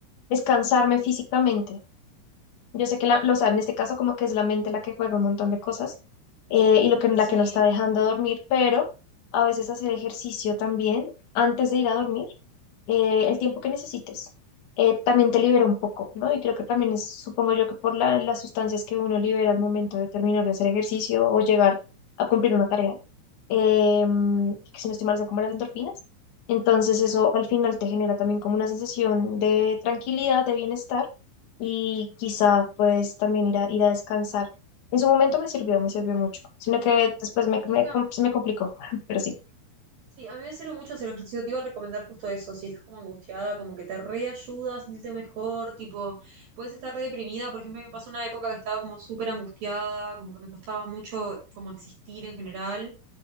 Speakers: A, on the left; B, on the right.
A: es cansarme físicamente. Yo sé que la, lo- o sea, en este caso como que es la mente la que juega un montón de cosas eh, y lo que, la
B: Sí.
A: que no está dejando dormir, pero a veces hacer ejercicio también antes de ir a dormir eh, el tiempo que necesites. Eh, también te libera un poco, ¿no? Y creo que también es, supongo yo que por la- las sustancias que uno libera al momento de terminar de hacer ejercicio o llegar a cumplir una tarea, eh,
B: ujú.
A: que si no estoy mal son como las endorfinas. Entonces eso al final te genera también como una sensación de tranquilidad, de bienestar y quizá pues también ir a, ir a descansar. En su momento me sirvió, me sirvió mucho, sino que después me,
B: Sí,
A: me,
B: está-
A: com- se me complicó, <laughs> pero sí.
B: Sí, a mí me sirve mucho hacer ejercicio. Te iba a recomendar justo eso. Si estás como angustiada, como que te reayuda a sentirte mejor. Tipo, puedes estar re deprimida. Por ejemplo, me pasó una época que estaba como súper angustiada, como que me costaba mucho como existir en general